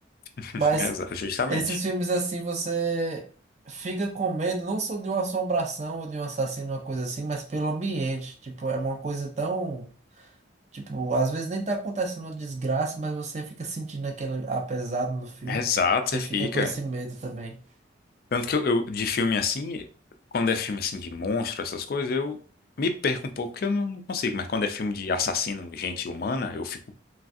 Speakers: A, on the left (about 50°); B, on the right (about 35°).
A: <laughs>
B: Mas
A: Exato, justamente.
B: esses filmes assim, você fica com medo não só de uma assombração ou de um assassino, uma coisa assim, mas pelo ambiente. Tipo, é uma coisa tão, tipo, às vezes nem tá acontecendo uma desgraça, mas você fica sentindo aquele apesado no filme,
A: Exato,
B: você
A: você fica.
B: fica com esse medo também.
A: Tanto que eu, eu- de filme assim, quando é filme assim de monstro, essas coisas, eu me perco um pouco, porque eu não, não consigo. Mas quando é filme de assassino, gente humana, eu fico